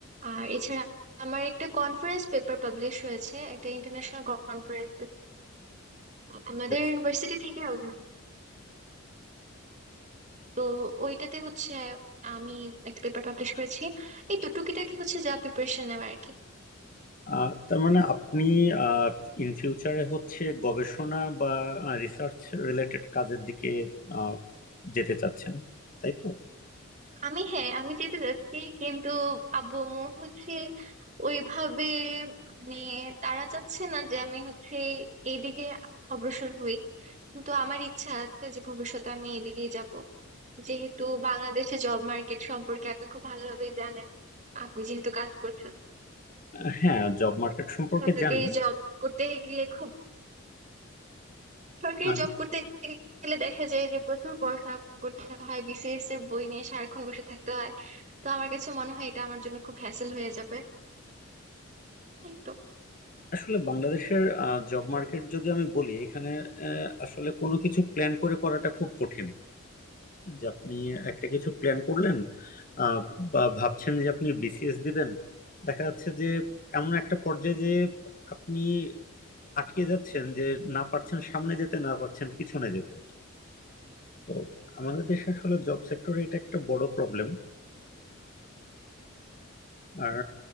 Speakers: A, on the right; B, on the left.
A: আর এছাড়া আমার একটা কনফারেন্স পেপার পাবলিশ হয়েছে একটা ইন্টারন্যাশনাল কনফারেন্স আমাদের
B: Yes.
A: ইউনিভার্সিটি থেকে organize। তো ওইটাতে হচ্ছে আমি একটা পেপার পাবলিশ করেছি এই তো টুকিটাকি হচ্ছে যা প্রিপারেশন নেওয়া আর কি
B: আহ, তার মানে আপনি ইন ফিউচারে হচ্ছে গবেষণা বা রিসার্চ রিলেটেড কাজের দিকে আহ, যেতে চাচ্ছেন তাই তো
A: আমি হ্যাঁ আমি যেতে যাচ্ছি কিন্তু আব্বু আম্মু হচ্ছে ওইভাবে মানে তারা চাচ্ছে না যে আমি হচ্ছে এইদিকে অগ্রসর হই কিন্তু আমার ইচ্ছা আছে যে ভবিষ্যতে আমি এদিকেই যাব যেহেতু বাংলাদেশে জব মার্কেট সম্পর্কে আপনি খুব ভালোভাবে জানেন আপনি যেহেতু কাজ করছেন
B: আহ, হ্যাঁ জব মার্কেট সম্পর্কে
A: সরকারি
B: জানি
A: জব করতে গেলে খুব সরকারি
B: আহ,
A: জব করতে গেলে দেখা যায় যে প্রচুর পড়াশোনা করতে হয় বিসিএস এর বই নিয়ে সারাক্ষণ বসে থাকতে হয় তো আমার কাছে মনে হয় এটা আমার জন্য খুব হ্যাসেল হয়ে যাবে এই তো
B: আসলে বাংলাদেশের জব মার্কেট যদি আমি বলি এখানে আহ, আসলে কোনো কিছু প্ল্যান করে করাটা খুব কঠিন যে আপনি একটা কিছু প্ল্যান করলেন আহ, বা ভাবছেন যে আপনি বিসিএস দিবেন দেখা যাচ্ছে যে এমন একটা পর্যায়ে যে আপনি আটকে যাচ্ছেন যে না পারছেন সামনে যেতে না পারছেন পিছনে যেতে তো আমাদের দেশে আসলে জব সেক্টরে এটা একটা বড় প্রবলেম আর